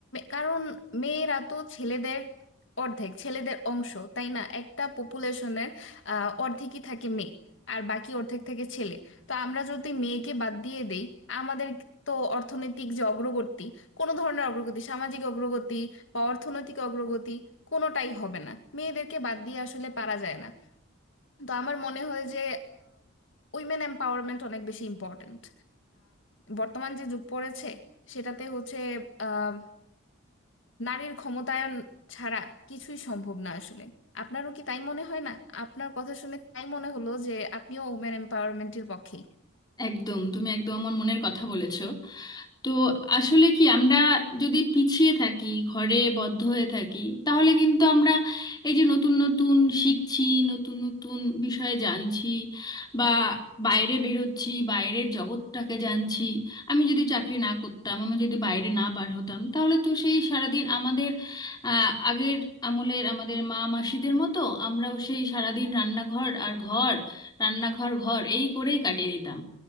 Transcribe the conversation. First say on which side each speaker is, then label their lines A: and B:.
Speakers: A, on the left (about 60°); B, on the left (about 20°).
A: কারণ মেয়েরা তো ছেলেদের অর্ধেক ছেলেদের অংশ তাই না একটা পপুলেশনের অর্ধেকই থাকে মেয়ে আর বাকি অর্ধেক থাকে ছেলে তো আমরা যদি মেয়েকে বাদ দিয়ে দেই আমাদের তো অর্থনৈতিক যে অগ্রগতি কোনো ধরনের অগ্রগতি সামাজিক অগ্রগতি বা অর্থনৈতিক অগ্রগতি কোনোটাই হবে না মেয়েদেরকে বাদ দিয়ে আসলে পারা যায় না তো আমার মনে হয় যে উইমেন এম্পাওয়ারমেন্ট অনেক বেশি ইম্পর্ট্যান্ট বর্তমান যে যুগ পড়েছে সেটাতে হচ্ছে আম, নারীর ক্ষমতায়ন ছাড়া কিছুই সম্ভব না আসলে আপনারও কি তাই মনে হয় না আপনার কথা শুনে তাই মনে হলো যে আপনিও উইমেন এম্পাওয়ারমেন্টের পক্ষে
B: একদম তুমি একদম আমার মনের কথা বলেছো তো আসলে কি আমরা যদি পিছিয়ে থাকি ঘরে বদ্ধ হয়ে থাকি তাহলে কিন্তু আমরা এই যে নতুন নতুন শিখছি নতুন নতুন বিষয়ে জানছি বা বাইরে বেরোচ্ছি বাইরের জগৎটাকে জানছি আমি যদি চাকরি না করতাম আমি যদি বাইরে না বার হতাম তাহলে তো সেই সারাদিন আমাদের আহ, আগের আমলের আমাদের মা মাসিদের মতো আমরাও সেই সারাদিন রান্নাঘর আর ঘর রান্নাঘর ঘর এই করেই কাটিয়ে দিতাম